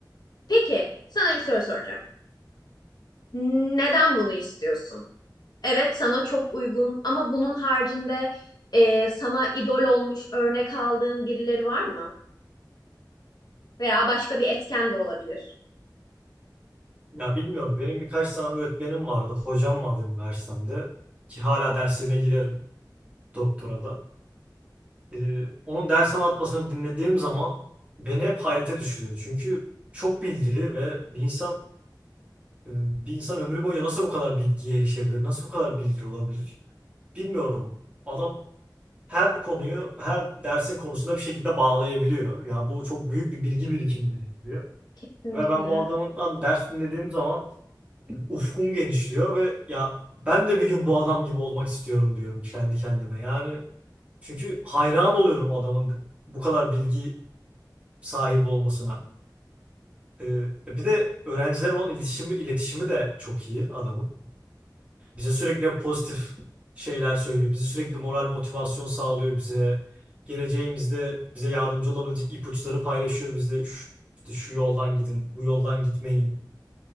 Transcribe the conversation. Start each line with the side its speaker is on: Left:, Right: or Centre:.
Left: Peki, sana bir soru soracağım. Neden bunu istiyorsun? Evet sana çok uygun ama bunun haricinde e, sana idol olmuş örnek aldığın birileri var mı? Veya başka bir etken de olabilir.
Right: Ya bilmiyorum. Benim birkaç tane öğretmenim vardı. Hocam vardı üniversitemde. Ki hala derslerine girerim doktora da. Ee, onun ders anlatmasını dinlediğim zaman beni hep hayrete düşürüyor. Çünkü çok bilgili ve bir insan e, bir insan ömrü boyunca nasıl bu kadar bilgiye erişebilir? Nasıl bu kadar bilgili olabilir? Bilmiyorum. Adam her konuyu her dersin konusunda bir şekilde bağlayabiliyor. Yani bu çok büyük bir bilgi birikimi gerektiriyor.
Left: Kesinlikle.
Right: Ve ben bu adamdan ders dinlediğim zaman ufkum genişliyor ve ya ben de bir gün bu adam gibi olmak istiyorum diyorum kendi kendime. Yani çünkü hayran oluyorum adamın bu kadar bilgi sahibi olmasına. Ee, bir de öğrencilerle olan iletişimi, iletişimi de çok iyi adamın. Bize sürekli pozitif şeyler söylüyor. Bizi sürekli moral motivasyon sağlıyor bize. Geleceğimizde bize yardımcı olabilecek ipuçları paylaşıyor bizde. Şu, işte şu yoldan gidin, bu yoldan gitmeyin